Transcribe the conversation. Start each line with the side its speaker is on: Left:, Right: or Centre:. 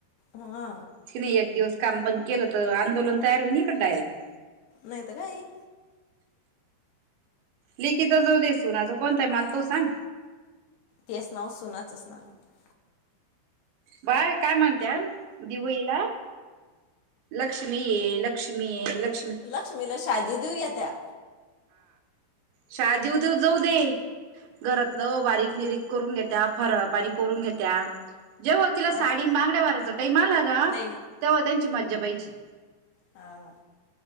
Left: हा.
Right: तीने एक दिवस काम बंद केलं त, आंदोलन तयार होईन ईकड डायरेक.
Left: नाही त काये?
Right: लेकीचा जाऊदे सुनाचा कोणताय मल तो सांग?
Left: तेच नाव सुनाचंच नाव
Right: बाया काय म्हणत्यान दिवळीला लक्ष्मी ये, लक्ष्मी ये, लक
Left: लक्ष्मीला शा देऊ देऊ घेत्या.
Right: शा देऊ देऊ जाऊ दे घरातलं बारीक निरीक करून घेत त्या फरळ पाणी करून घेत्या. जेव्हा तिला
Left: काय
Right: साडीन बांगड्या भरायचा टाईम आला का?
Left: नाही
Right: तेव्हा त्यांची मज्जा पहियची.
Left: हा -हा.